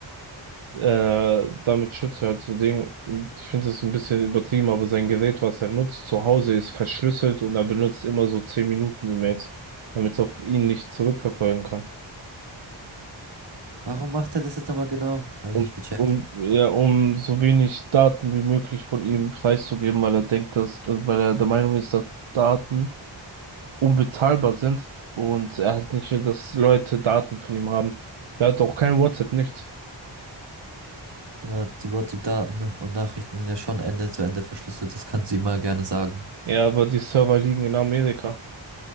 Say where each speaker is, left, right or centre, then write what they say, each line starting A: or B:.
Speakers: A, on the right; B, on the right.
A: Äh, damit schützt er halt so Ding. Ich finde das ein bisschen übertrieben, aber sein Gerät, was er nutzt, zu Hause ist verschlüsselt und er benutzt immer so 10 Minuten E-Mails, damit es auf ihn nicht zurückverfolgen kann.
B: Warum macht er das jetzt nochmal genau? Habe
A: um,
B: ich nicht gecheckt.
A: um, ja, um so wenig Daten wie möglich von ihm preiszugeben, weil er denkt, dass, äh, weil er der Meinung ist, dass Daten unbezahlbar sind und er halt nicht will, dass Leute Daten von ihm haben. Er hat auch kein WhatsApp, nichts.
B: Aber die WhatsApp-Daten und Nachrichten sind ja schon Ende zu Ende verschlüsselt. Das kann sie immer gerne sagen.
A: Ja, aber die Server liegen in Amerika